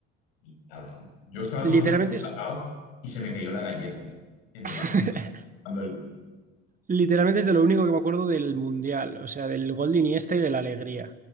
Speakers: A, on the left (about 85°); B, on the right (about 30°).
A: Y nada, yo estaba
B: Literalmente
A: tomando el
B: es
A: cacao y se me cayó la galleta, tío, en el
B: <laughs>
A: balcón. cuando el-
B: Literalmente es de lo único que me acuerdo del Mundial, o sea, del gol de Iniesta y de la alegría.